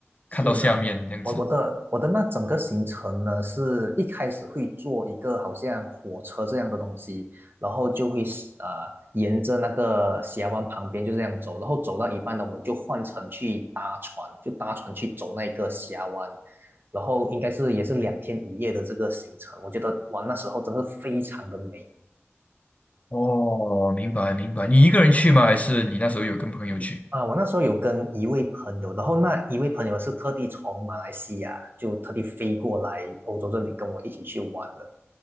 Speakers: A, on the right (about 50°); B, on the left (about 30°).
A: 是的，
B: 看到下面这样子。
A: 我我的我的那整个行程呢，是一开始会坐一个好像火车这样的东西，然后就会呃沿着那个峡湾旁边就这样走，然后走到一半呢，我们就换乘去搭船，就搭船去走那个峡湾，然后应该是也是两天一夜的这个行程，我觉得哇那时候真是非常的美
B: 哦，明白明白。你一个人去吗？还是你那时候有跟朋友去？
A: 啊！我那时候有跟一位朋友，然后那一位朋友是特地从马来西亚就特地飞过来欧洲这里跟我一起去玩的。